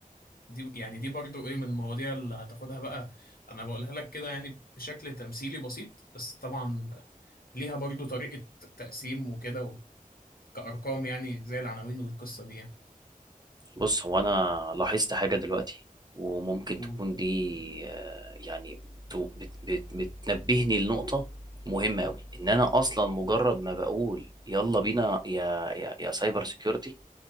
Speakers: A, on the left (about 85°); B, on the right (about 30°).
A: دي يعني دي برضو ايه من المواضيع اللي هتاخدها بقى انا بقولها لك كده يعني بشكل تمثيلي بسيط بس طبعا ليها برضو طريقة تقسيم وكده كأرقام يعني زي العناوين والقصة دي يعني
B: بص هو انا لاحظت حاجة دلوقتي وممكن
A: قول.
B: تكون دي آه، يعني تو- بت بت بتنبهني لنقطة مهمة أوي إن أنا أصلا مجرد ما بقول يلا بينا يا يا يا سايبر سيكيورتي